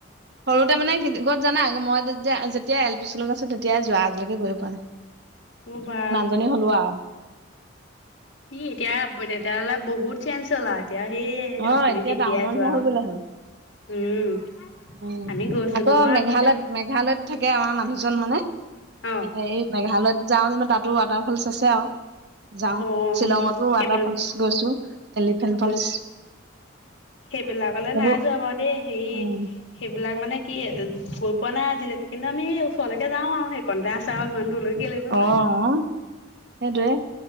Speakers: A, on the right; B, on the left.
A: সৰুতে মানে ক'ত জানা, মই যেতিয়া যেতিয়া এল পি স্কুলত আছিলো তেতিয়াই যোৱা, আজিলৈকে গৈ পোৱা নাই।
B: মোৰ বা
A: জনী হ'লো আও।
B: ই, এতিয়া তেতিয়াহ'লে বহুত চেঞ্জ হ'লাও। এতিয়া সেইয়ে,
A: অ
B: আপুনি
A: এতিয়া
B: তেতিয়াই
A: টাউনৰ নিচিনা
B: যোৱা,
A: হৈ গলো হেনো
B: উম।
A: উম,
B: আমি গৈছো
A: আকৌ
B: নহয়
A: মেঘালয়ত
B: আমি তাক
A: মেঘালয়ত থাকে আমাৰ মানুহজন মানে,
B: অ
A: সেই মেঘালয়ত যাওঁ যেন তাত তো, ৱাটাৰফল আছে আও যাওঁ,
B: অ আমি
A: শ্বিলঙতো
B: সেইবিলাক
A: ৱাটাৰ ফলচ গৈছো, এলিফেন্ট
B: অ
A: ফলচ
B: সেইবিলাকলে
A: সেইবোৰ
B: নাই যোৱা বাৰু দেই সেই
A: উম
B: সেইবিলাক মানে কি, গৈ পোৱা নাই আজিলৈকে, কিন্তু আমি এই ওচৰলৈকে যাও আও, সেইকণতে আছে, আও ইমান দূৰলৈ কেলে নো?
A: অ
B: '
A: অ
B: <inaudible>
A: সেইটোয়ে